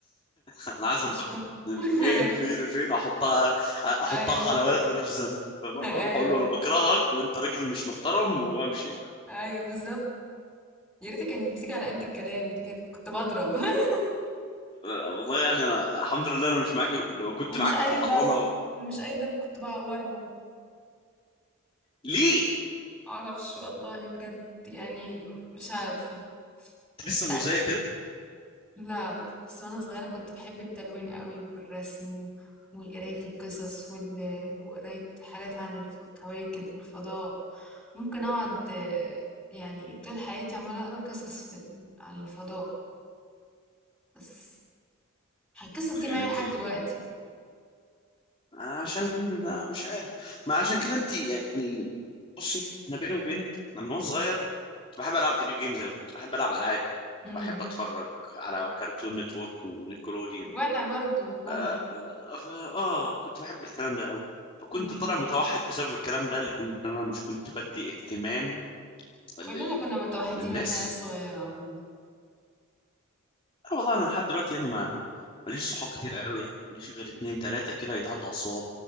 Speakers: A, on the left; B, in the centre.
A: انا عايز
B: مش
A: انتقم
B: فاهم <laughs>
A: فين فين فين احطها احطها
B: ايوه
A: على ولد ملوش ذنب فاهمة؟
B: ايوه
A: اروح اقول له انا بكرهك وانت راجل مش محترم وامشي
B: ايوه بالظبط يا ريت كانت بتيجي على قد الكلام دي كانت كنت بضرب <laughs>
A: والله يعني انا الحمد لله انا مش معاكي لو كنت
B: ومش
A: معاكي
B: اي
A: في الحضانه
B: ضرب مش اي ضرب كنت بعورهم
A: ليه
B: معرفش والله بجد يعني مش عارفة
A: لسه
B: بس
A: مؤذيه كده
B: لا لا بس وانا صغيرة كنت بحب التلوين قوي والرسم و- وقراية القصص وال- وقراية حاجات عن الف- الكواكب والفضاء ممكن اقعد آه، يعني طول حياتي عمالة اقرا قصص في ال- عن الفضاء بس القصص دي
A: يعني
B: معايا
A: انت
B: لحد دلوقتي
A: أنا عشان مش عارف ما عشان كده انت يعني بصي انا بيني وبينك أنا من وانا صغير كنت بحب العب فيديو جيمز قوي كنت بحب العب العاب كنت
B: امم
A: بحب اتفرج على كارتون نتورك ونيكلوديان
B: وانا برضو وانا
A: آه, آه, اه اه كنت بحب الكلام ده قوي فكنت
B: امم
A: طالع متوحد بسبب الكلام ده لان انا مش كنت بدي اهتمام لل...
B: كلنا كنا متوحدين
A: للناس
B: واحنا عيال صغيرة عموما
A: لا والله انا لحد دلوقتي يعني ما ماليش صحاب كتير قوي يعني ماليش غير اتنين تلاتة كده يتعدوا على الصواب